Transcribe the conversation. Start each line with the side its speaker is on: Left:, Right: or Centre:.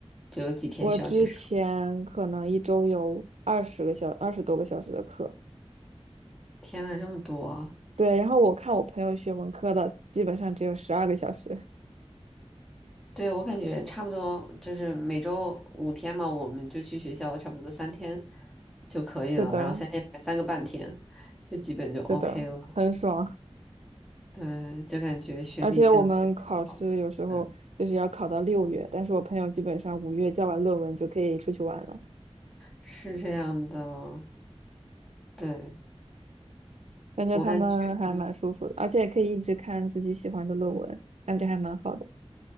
Centre: 就有几天需要去上呢
Right: 我之前可能一周有二十个小二十多个小时的课，
Centre: 天呐，这么多！
Right: 对，然后我看我朋友学文科的，基本上只有十二个小时。<laughs>
Centre: 对，我感觉差不多，就是每周五天嘛，我们就去学校，差不多三天就可以了，
Right: 是的，
Centre: 然后三天三个半天，就基本就 OK
Right: 是的，
Centre: 了。
Right: 很爽。
Centre: 对，就感觉学历真的是很好，
Right: 而且我们考试有时候就是要考到六月，
Centre: 嗯，
Right: 但是我朋友基本上五月交完论文就可以出去玩了，
Centre: 是这样的。对，
Right: 感觉他们还蛮舒服的，
Centre: 我感觉，嗯，
Right: 而且可以一直看自己喜欢的论文，感觉还蛮好的。